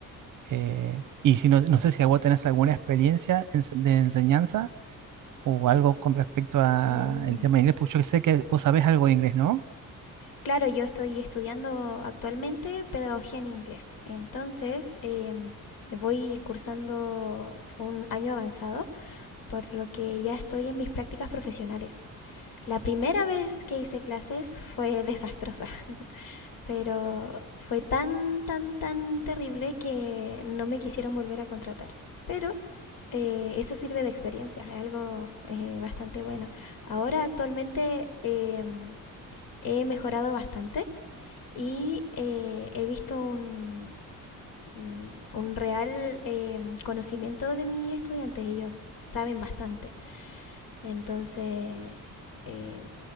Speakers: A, on the right (about 65°); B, on the left (about 80°).
A: eh, y si no, no sé si a vos tenés alguna experiencia ens- de enseñanza o algo con respecto al
B: Mm,
A: tema de inglés, pues yo sé que vos sabés algo de inglés, ¿no?
B: Claro, yo estoy estudiando actualmente pedagogía en inglés. Entonces, em, eh, voy cursando un año avanzado, por lo que ya estoy en mis prácticas profesionales. La primera vez que hice clases fue desastrosa, <laughs> pero fue tan, tan, tan terrible que no me quisieron volver a contratar. Pero eh, eso sirve de experiencia, es algo eh, bastante bueno. Ahora actualmente... em, he mejorado bastante y eh, he visto un, mm, un- real eh, conocimiento de mis estudiantes. Ellos saben bastante. Entonces, eh,